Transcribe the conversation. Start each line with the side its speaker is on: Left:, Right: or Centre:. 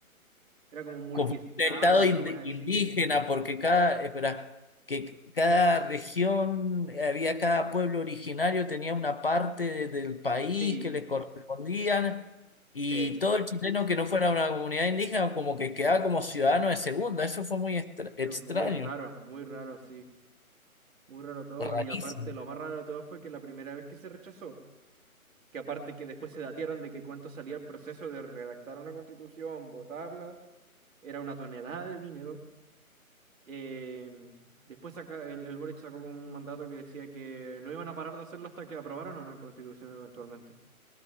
Right: era como un multiestado,
Left: como un estado
Right: una
Left: ind-
Right: wea así.
Left: indígena, porque cada, espera, que cada región, había cada pueblo originario, tenía una parte de- del país
Right: Sí,
Left: que les
Right: que-
Left: correspondían, y
Right: sí,
Left: todo el chileno que no fuera una comunidad indígena, como que quedaba como ciudadano de segunda. Eso fue muy extra-
Right: pero
Left: extraño,
Right: muy raro, muy raro, sí. Muy raro todo.
Left: rarísimo.
Right: Y aparte, lo más raro de todo fue que la primera vez que se rechazó, que aparte que después se datearon de que cuánto salía el proceso de redactar una constitución, votarla, era una tonelada de dinero. Eh, después saca, el, el Boric sacó como un mandato que decía que no iban a parar de hacerlo hasta que aprobaran una constitución eventualmente.